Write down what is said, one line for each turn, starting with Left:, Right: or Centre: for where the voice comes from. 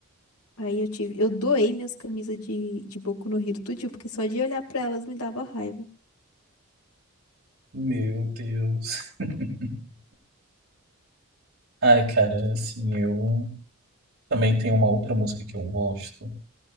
Left: Aí eu tive, eu doei minhas camisas de, de Boku no Hero tudinho, porque só de olhar pra elas me dava raiva.
Right: Meu Deus. <laughs> Ai, cara, assim, eu também tenho uma outra música que eu gosto,